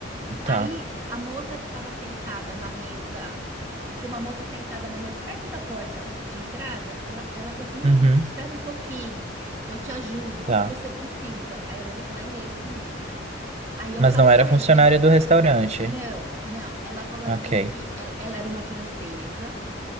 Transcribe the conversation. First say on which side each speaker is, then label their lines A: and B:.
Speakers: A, on the right; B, on the right.
A: Aí
B: tá.
A: a moça que estava sentada na mesa Tinha uma moça sentada na mesa, perto da porta de entrada. Ela, ela falou assim: Não,
B: Uhum,
A: espera um pouquinho, eu te ajudo, o
B: tá.
A: que que você precisa? Aí ela veio falar inglês comigo, né? Aí eu
B: Mas
A: falei:
B: não era
A: Ah,
B: funcionária
A: eu quero.
B: do restaurante.
A: Não, não. Ela falou
B: Ok.
A: assim que ela, ela era uma francesa,